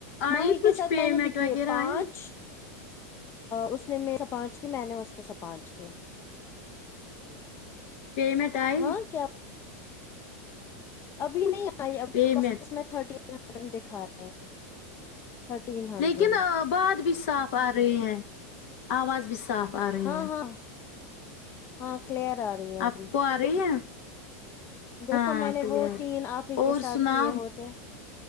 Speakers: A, on the left; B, on the left.
A: آئی
B: ماہی
A: کچھ
B: کے ساتھ
A: پیمنٹ
B: میں نے بھی
A: وغیرہ
B: کیے پانچ
A: آئے
B: اس نے میرے سے پانچ کی میں نے اس کے ساتھ پانچ کی
A: پیمنٹ آئی
B: ہاں کیا ابھی نہیں آئیو
A: پیمنٹ
B: میں تھرٹین ہنڈریڈ دکھا رہے ہیں تھرٹین ہنڈریڈ
A: لیکن بات بھی صاف آ رہی ہے آواز بھی صاف آ رہی
B: ہاں
A: ہے
B: ہاں ہاں کلیئر آ رہی ہے ابھی
A: آپ کو آ رہی ہے
B: دیکھو
A: ہاں
B: میں نے
A: کلیئر
B: وہ تین آپ ہی
A: اور
B: کے ساتھ
A: سناؤ
B: کیے ہوتے